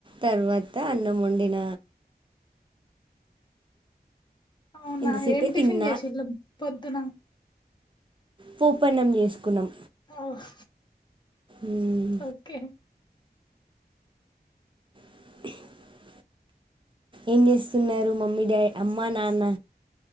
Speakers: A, on the right; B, on the left.
A: తర్వాత అన్నం వండిన
B: అవునా
A: ఇంతసేపే
B: ఏం టిఫిన్
A: తిన్నా
B: చేసిళ్ళు పొద్దున
A: పోపన్నం చేసుకున్నాం.
B: అహ్
A: మ్మ్.
B: ఓకే
A: <unintelligible> ఏం చేస్తున్నారు? మమ్మీ డా అమ్మ నాన్న